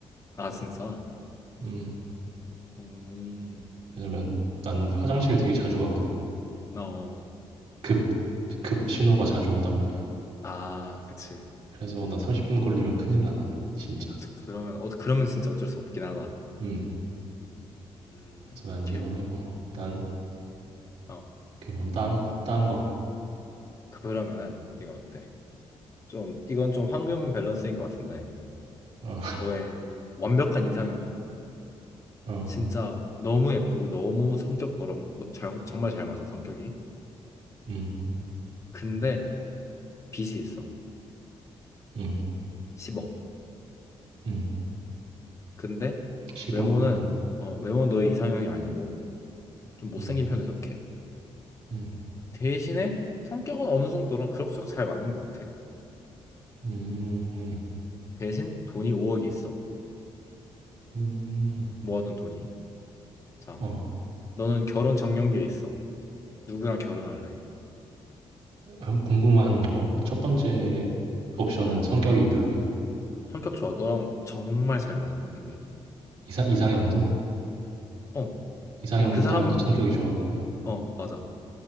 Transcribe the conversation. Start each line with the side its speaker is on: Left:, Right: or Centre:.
Left: 아, 진짜?
Right: 음.
Left: 음,
Right: 왜냐면 난
Left: 음.
Right: 화장실 되게 자주 가거든.
Left: 어.
Right: 급, 급 신호가 자주 온단 말이야.
Left: 아, 그치.
Right: 그래서 난 30분 걸리면 큰일 나, 나는. 진짜.
Left: 즉, 그러면, 어, 그러면 진짜 어쩔 수 없긴 하다.
Right: 음.
Left: 음,
Right: 그래서
Left: 오케이.
Right: 난 이거를, 어. 난,
Left: 어,
Right: 오케이, 그럼 딴, 딴 거.
Left: 그러면은, 이거 어때? 좀, 이건 좀 황금 밸런스인 것 같은데,
Right: 어, <laughs>
Left: 너의 완벽한 이상형이야.
Right: 어.
Left: 진짜 너무 예쁘고, 너무 성격 너랑 너, 정, 정말 잘 맞아, 성격이.
Right: 음,
Left: 근데, 빚이 있어.
Right: 음,
Left: 10억.
Right: 음.
Left: 근데,
Right: 10억,
Left: 외모는,
Right: 음,
Left: 어, 외모는 너의 이상형이 아니고, 좀 못생긴
Right: 음,
Left: 편에 속해.
Right: 음,
Left: 대신에 성격은 어느 정도랑 그럭저럭 잘 맞는 것 같아.
Right: 음, 음,
Left: 대신 돈이 5억이 있어.
Right: 음,
Left: 모아둔 돈이. 자,
Right: 음. 어,
Left: 너는 결혼 작년기에 있어. 누구랑 결혼할래?
Right: 음, 궁금한 거. 첫 번째 옵션은
Left: 응.
Right: 성격이 별로야?
Left: 성격 좋아. 너랑 정말 잘 맞아, 성격이.
Right: 이상, 이상형도?
Left: 어.
Right: 이상형인
Left: 그러니까 그 사람,
Right: 사람도 성격이 좋아? 어,
Left: 어, 맞아.